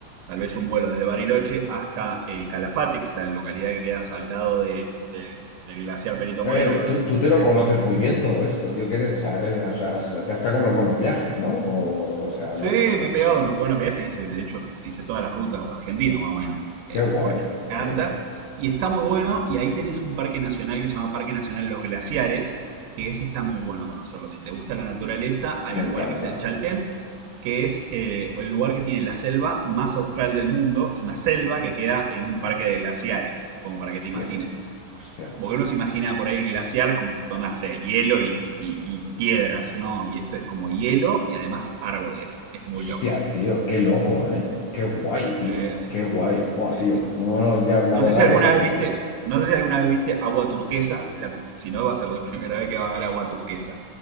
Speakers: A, on the right (about 85°); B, on the left (about 85°).
A: tal vez un vuelo desde Bariloche hasta eh, Calafate, que es la localidad que quedas al lado de- del, del glaciar Perito
B: Eh,
A: Moreno, uno de
B: tú,
A: los
B: tú
A: glaciares
B: te lo conoces muy bien todo esto, tío, que eres, o sea, eres- o sea, o sea, te has pegado unos buenos viajes, ¿no? O, o sea,
A: Sí,
B: lo has- lo-
A: me he pegado unos buenos viajes, hice, de hecho, hice todas las rutas de Argentina, más o menos, eh,
B: Qué guay,
A: porque me encanta.
B: qué guay.
A: Y está muy bueno, y ahí tenés un parque nacional que se llama Parque Nacional Los Glaciares, que ese está muy bueno conocerlo. Si te gusta la naturaleza, hay
B: Me
A: un lugar
B: encanta.
A: que es el Chaltén, que es eh, el lugar que tiene la selva más austral del mundo. Es una selva que queda en un parque de glaciares, como para
B: Hostia,
A: que te imagines.
B: hostia.
A: Como que uno se imagina por ahí el glaciar como que son, no sé, hielo y, y- y piedras, ¿no? Y esto es como hielo y además árboles. Es muy
B: Hostia,
A: loco.
B: tío, qué loco, ¿eh? Qué guay,
A: Sí,
B: tío.
A: sí,
B: Qué guay. Guau,
A: sí,
B: tío.
A: sí.
B: No, no, ya, la
A: No
B: verdad
A: sé si alguna
B: que...
A: vez viste, no sé si alguna vez viste agua turquesa. Es la- si no, va a ser la <laughs> primera vez que va a haber agua turquesa.